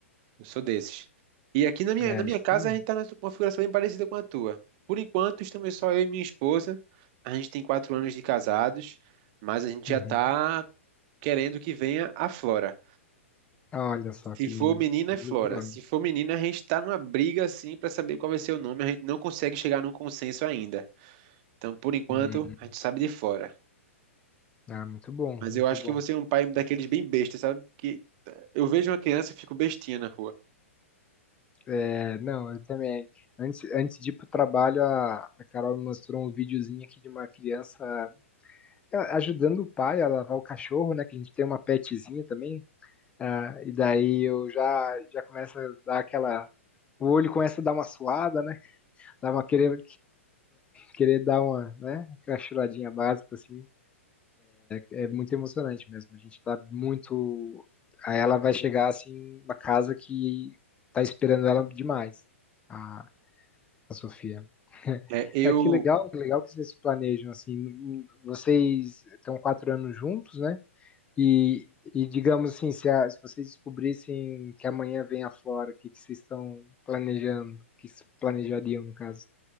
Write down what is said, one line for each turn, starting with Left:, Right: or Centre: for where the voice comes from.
Right: Eu sou desses. E aqui na minha,
Left: É
Right: na minha
Left: isso
Right: casa
Left: aí.
Right: a gente está numa configuração bem parecida com a tua. Por enquanto, estamos só eu e minha esposa. A gente tem quatro anos de casados, mas a gente
Left: Uhum.
Right: já está querendo que venha a Flora.
Left: Olha só
Right: Se
Left: que
Right: for
Left: lindo.
Right: menina,
Left: Lindo
Right: é Flora.
Left: nome.
Right: Se for menina, a gente está numa briga assim para saber qual vai ser o nome. A gente não consegue chegar num consenso ainda. Então, por enquanto,
Left: Hum,
Right: a gente sabe de fora.
Left: ah, muito bom,
Right: Mas
Left: muito
Right: eu acho
Left: bom.
Right: que você é um pai daqueles bem besta, sabe? Que eu vejo uma criança e fico bestinha na rua.
Left: É, não, eu também. Antes, antes de ir pro trabalho, a, a Carol me mostrou um videozinho aqui de uma criança é, ajudando o pai a lavar o cachorro, né? Que a gente tem uma petzinha também. Ah, e daí eu já, já começo a dar aquela. O olho começa a dar uma suada, né? Dá uma querer, querer dar uma, né? Aquela choradinha básica, assim. É muito emocionante mesmo. A gente tá muito. Aí ela vai chegar, assim, uma casa que tá esperando ela demais. A, Sofia. <laughs>
Right: né? eu,
Left: Ah, que legal, que legal que vocês se planejam assim. Vocês estão quatro anos juntos, né? E, e digamos assim, se, a- se vocês descobrissem que amanhã vem a Flora, o que, que vocês estão planejando? O que que vocês planejariam, no caso?